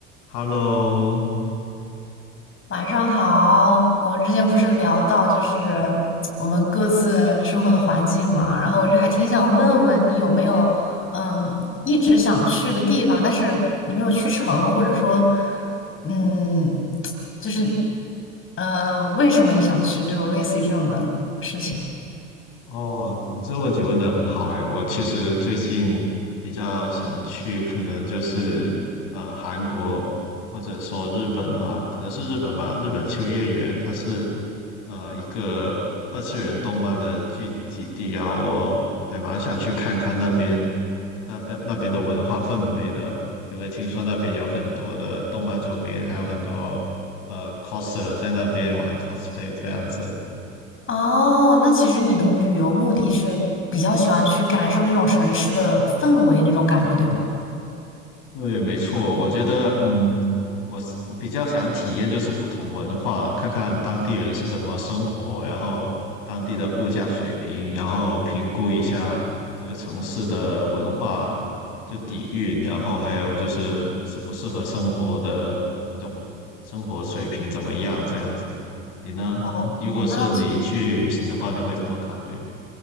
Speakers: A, on the left; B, on the left.
A: Hello，
B: 晚上好，我们之前不是聊到就是我们各自生活的环境嘛，然后我就还挺想问问你有没有嗯一直想去的地方，但是你没有去成，或者说嗯就是呃为什么你想去这种类似于这种的事情？
A: 哦，你这个问题问得很好诶，我其实最近比较想去，可能就是呃韩国或者说日本吧，可能是日本吧。日本秋叶原它是呃一个二次元动漫的聚集地，然后我还蛮想去看看那边那边那边的文化氛围的，因为听说那边有很多的动漫周边，还有很多呃 coser 在那边玩 cosplay 这样子。
B: 哦，那其实你的旅游目的是比较喜欢去感受那种城市的氛围那种感觉，对吗？
A: 对，没错，我觉得，嗯，我是我比较想体验就是不同文化，看看当地人是怎么生活，然后当地的物价水平，然后评估一下这个城市的文化就底蕴，然后还有就是适不适合生活的那种生活水平怎么样，这样子。你呢？
B: 哦，
A: 如果是你去旅行的话，
B: 那其
A: 你会这么考虑？